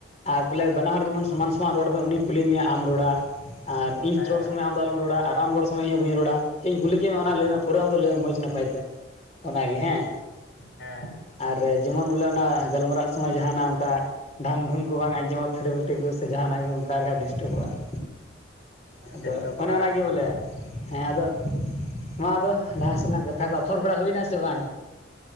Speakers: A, on the left (about 35°); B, on the left (about 75°).
A: ᱟᱨ ᱵᱚ ᱞᱮ ᱵᱟᱱᱟ ᱦᱚᱲ ᱡᱮ ᱢᱚᱱ ᱥᱚᱢᱟᱱ ᱥᱚᱢᱟᱱ ᱨᱚᱲ ᱵᱮᱱ ᱩᱱᱤ ᱠᱩᱞᱤ ᱢᱮᱭᱟ ᱟᱢ ᱨᱚᱲ-ᱟ ᱟᱨ ᱤᱧ
B: ᱦᱮᱸ
A: ᱨᱚᱲ ᱥᱚᱢᱚᱭ ᱟᱢ ᱫᱚ ᱟᱞᱚᱢ ᱨᱚᱲ-ᱟ ᱾ ᱟᱨ ᱟᱢ ᱨᱚᱲ ᱥᱚᱢᱚᱭ ᱤᱧ ᱦᱚᱸ ᱵᱟᱹᱧ ᱨᱚ ᱲᱟ ᱾ ᱪᱮᱫ ᱤᱧ ᱠᱩᱞᱤ ᱠᱮᱫ ᱢᱮ ᱭᱟ ᱚᱱᱟ ᱞᱟᱹᱭ ᱢᱮ ᱯᱩᱨᱟᱹ ᱟᱢ ᱞᱟᱹᱭ ᱢᱮ ᱢᱚᱡᱽ ᱱᱟᱯᱟᱭ ᱛᱮ ᱾ ᱚᱱᱟ ᱜᱮ ᱦᱮᱸ
B: ᱦᱮᱸ
A: ᱟᱨ ᱡᱮ ᱢᱚᱱ ᱵᱚᱞᱮ ᱚᱱᱟ ᱜᱟᱞ ᱢᱟᱨᱟᱜ ᱥᱚᱢᱚᱭ ᱡᱟᱦᱟ ᱱᱟᱜ ᱚᱱᱠᱟ ᱰᱷᱟᱝ ᱰᱷᱩᱝ ᱠᱚ ᱵᱟᱝ ᱟᱸᱡᱚ ᱢᱚᱜ ᱛᱷᱟᱹᱨᱤ ᱵᱟᱹᱴᱤ ᱠᱚ ᱥᱮ ᱡᱟᱦᱟ ᱱᱟᱜ ᱜᱮ ᱚᱱᱠᱟ ᱞᱮᱠᱷᱟᱡ ᱰᱤᱥ ᱴᱟᱵᱚᱜᱼᱟ ᱾ ᱟᱫᱚ
B: ᱰᱤᱥᱴᱟᱵᱚᱜᱼᱟ
A: ᱚᱱᱮ ᱚᱱᱟ
B: ᱵᱟᱝ
A: ᱜᱮ ᱵᱚᱞᱮ ᱾ ᱦᱮᱸ ᱟᱫᱚ, ᱢᱟ ᱟᱫᱚ ᱞᱟᱦᱟ ᱥᱮᱫ ᱞᱟᱝ ᱠᱟᱛᱷᱟ ᱠᱚ ᱟᱯᱷᱚᱨ ᱵᱟᱲᱟ ᱦᱩᱭᱱᱟ ᱥᱮ ᱵᱟᱝ?